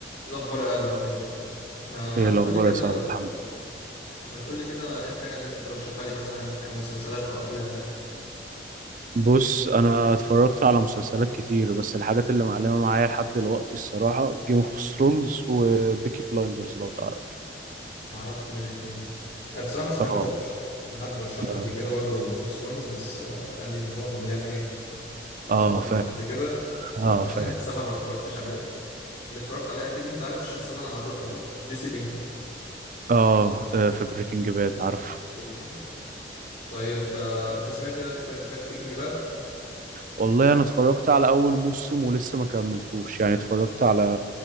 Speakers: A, on the left; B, on the right.
A: إيه الأخبار يا آدم عامل إيه؟ ما
B: ايه الاخبار
A: تقول لي كده
B: يا صاحبي الحمد لله
A: ما تقول لي كده إيه الحاجة اللي أنت ترشحها لي مثلا كمسلسلات أو أفلام يعني
B: بص انا اتفرجت على مسلسلات كتير بس الحاجات اللي معلمه معايا لحد دلوقتي الصراحه جيم اوف ثرونز وبيكي بلايندرز لو تعرف
A: أعرفهم الاتنين أه، بصراحة ما سمعتهمش
B: اه
A: في حد رشح لي
B: اه
A: قبل كده برضو جيم اوف ثرونز بس أه، قال لي إن هو مليان إيه لقطات
B: اه فاهم
A: مش قد كده
B: اه
A: فبصراحة
B: فاهم
A: <laughs> ما اتفرجتش عليه اللي اتفرجت عليه أكيد أنت عارف الشخصية اللي أنا حاططها دي جيسي بينكمان
B: اه آه، في بريكنج باد عارف
A: بريكنج باد طيب آه، أنت سمعت سمعت بريكنج باد
B: والله انا اتفرجت على اول موسم ولسه ما كملتوش يعني اتفرجت على